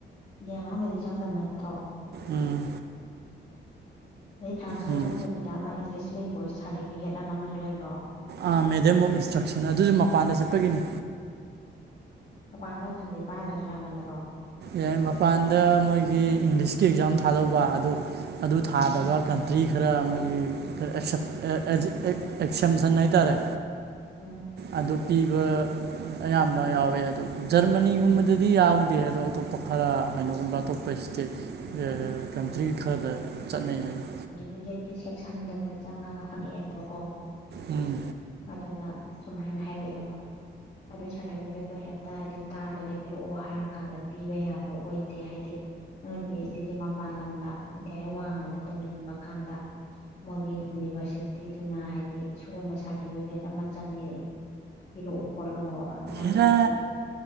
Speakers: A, on the left; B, on the right.
A: ꯏꯟꯗꯤꯌꯥ ꯃꯅꯨꯡꯗꯗꯤ ꯆꯪꯗꯝ ꯅꯠꯇ꯭ꯔꯣ
B: ꯎꯝ
A: ꯑꯗꯩ ꯇ꯭ꯔꯥꯟꯁꯀ꯭ꯔꯤꯞ
B: ꯎꯝ
A: ꯅꯠꯇꯕꯤꯗ ꯑꯃꯥ ꯏꯪꯂꯤꯁ ꯂꯦꯡꯒ꯭ꯋꯦꯁ ꯁꯥꯔꯇꯤꯐꯤꯀꯦꯠꯅ ꯑꯃꯁꯨ ꯂꯩꯕ꯭ꯔꯣ
B: ꯑꯥ ꯃꯦꯗꯝ ꯑꯣꯐ ꯏꯟꯁꯇ꯭ꯔꯛꯁꯟ ꯑꯗꯨꯁꯨ ꯃꯄꯥꯟꯗ ꯆꯠꯄꯒꯤꯅꯤ
A: ꯄꯥꯟ ꯆꯥꯠꯇ꯭ꯔꯗꯤ ꯄꯥꯏꯗ꯭ꯔꯁꯨ ꯌꯥꯕ ꯅꯠꯇ꯭ꯔꯣ
B: ꯌꯥꯏ ꯃꯄꯥꯟꯗ ꯃꯣꯏꯒꯤ ꯏꯪꯂꯤꯁꯀꯤ ꯑꯦꯛꯖꯥꯝ ꯊꯥꯗꯧꯕ ꯑꯗꯨ ꯑꯗꯨ ꯊꯥꯗꯕ
A: ꯎꯝ
B: ꯀꯟ ꯆꯍꯤ ꯈꯔ ꯃꯣꯏꯒꯤ <inaudible> ꯑꯦꯛꯁꯦꯝꯁꯟ ꯍꯥꯏꯇꯥꯔꯦ
A: ꯎꯝ
B: ꯑꯗꯨ ꯄꯤꯕ ꯑꯌꯥꯝꯕ ꯌꯥꯎꯋꯦ ꯑꯗꯣ ꯖꯔꯃꯅꯤꯒꯨꯝꯕꯗꯗꯤ ꯌꯥꯎꯗꯦ ꯑꯗꯣ ꯑꯇꯣꯞꯄ ꯈꯔ ꯀꯩꯅꯣꯒꯨꯝꯕ ꯑꯇꯣꯞꯄ ꯏꯁꯇꯦꯠ
A: ꯎꯝ
B: ꯀꯟꯇ꯭ꯔꯤ ꯈꯔꯗ ꯆꯠꯅꯩ ꯑꯗꯨꯝ
A: ꯇꯤꯀꯦꯠꯀꯤ ꯁꯦꯛꯁꯟꯗꯅꯦ ꯆꯪꯉꯒ ꯍꯪꯉꯛꯑꯦꯕꯀꯣ
B: ꯎꯝ
A: ꯑꯗꯨꯗ ꯁꯨꯃꯥꯏꯅ ꯍꯥꯏꯔꯛꯑꯦꯕ ꯑꯗꯨꯏ ꯁꯥꯔꯇꯤꯐꯤꯀꯦꯠꯇꯣ ꯍꯦꯛꯇ ꯍꯥꯏꯗꯤ ꯇꯥꯜꯂꯒꯦ ꯄꯤꯔꯛꯑꯣ ꯍꯥꯏꯔ ꯀꯥꯟꯗ ꯄꯤꯕ ꯌꯥꯕ ꯑꯣꯏꯗꯦ ꯍꯥꯏꯗꯤ ꯑꯗꯨ ꯄꯤ ꯑꯩꯆ ꯗꯤꯁꯦ ꯃꯄꯥꯟ ꯂꯝꯗ ꯏꯟꯗꯤꯌꯥꯏ ꯋꯥꯡꯃꯗ ꯇꯧꯅꯤꯡꯕ ꯀꯥꯟꯗ ꯃꯣꯏꯒꯤ ꯌꯨꯅꯤꯚꯔꯁꯤꯇꯤꯗꯨꯅ ꯍꯥꯏꯗꯤ ꯁꯤꯒꯨꯝꯕ ꯁꯥꯔꯇꯤꯐꯤꯀꯦꯠ ꯑꯃ ꯆꯪꯉꯤ ꯄꯤꯔꯛꯑꯣ ꯈꯣꯠꯂꯣ ꯅꯪꯒꯤꯁꯨ
B: ꯍꯦꯔꯥ